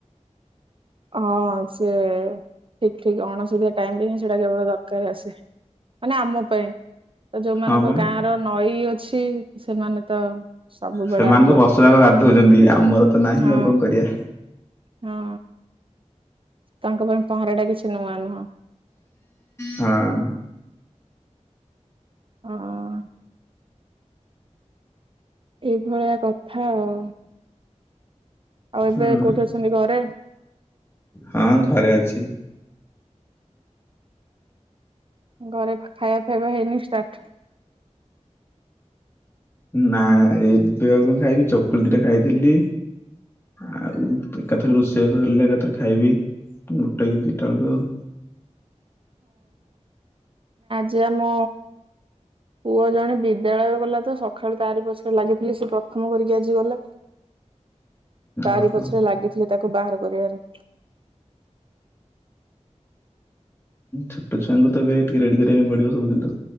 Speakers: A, on the right (about 45°); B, on the left (about 20°).
A: ହଁ ସେ ଠିକ୍ ଠିକ୍ ଅଣସୁଧୀଆ ଟାଇମରେ ହିଁ ସେଟା କେବଳ ଦରକାର ରେ ଆସେ। ମାନେ ଆମ ପାଇଁ ତ ଯୋଉମାନଙ୍କ
B: ହଁ ବା
A: ଗାଁ ର ନଈ ଅଛି ସେମାନେ ତ ସବୁବେଳେ
B: ସେମାନେ
A: ଆଗୁଆ
B: ତ ବର୍ଷ ଯାକ ଗାଧଉଛନ୍ତି ଆମର ତ ନାହିଁ
A: ହଁ
B: ଆଉ କଣ କରିବା।
A: ହଁ ତାଙ୍କ ପାଇଁ ପହଁରା ଟା କିଛି ନୂଆ ନୁହଁ।
B: ହଁ।
A: ହଁ ଏଇଭଳିଆ କଥା ଆଉ। ଆଉ ଏବେ
B: ହଁ
A: କୋଉଠି ଅଛନ୍ତି ଘରେ?
B: ହଁ ଘରେ ଅଛି।
A: ଘରେ ଖାଇବା ଫାଇବା ହେଇନି ଷ୍ଟାର୍ଟ।
B: ନା ଏବେ ଆଉ କଣ ଖାଇବି ଚକୁଳି ପିଠା ଖାଇଥିଲି। ଆଉ ଏକାଥରେ ରୋଷେଇବାଷ ହେଲେ ଏକାଥରେ ଖାଇବି। ଗୋଟେ କି ଦିଇଟାଳକୁ ଆଉ।
A: ଯେ ଆମ ପୁଅ ଜଣେ ବିଦାୟ ଗଲାତ ସକାଳୁ ତାରି ପଛରେ ସେ ଲାଗିଥିଲି ସେ ପ୍ରଥମ କରିକି ଆଜି ଗଲା। ତାରି
B: ଓହୋ
A: ପଛରେ ଲାଗିଥିଲି ତାକୁ ବାହାର କରିବାପାଇଁ।
B: ଛୋଟ ଛୁଆଙ୍କୁ ତ ଏବେ ଟିକେ ରେଡି କରିବା ପାଇଁ ପଡିବ ସବୁଦିନ ତ